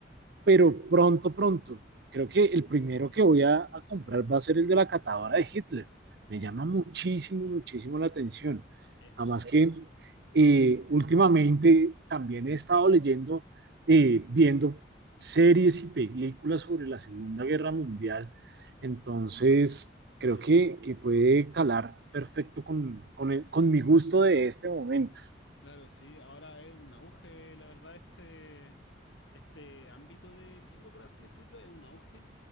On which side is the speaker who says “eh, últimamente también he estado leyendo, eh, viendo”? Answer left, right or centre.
Right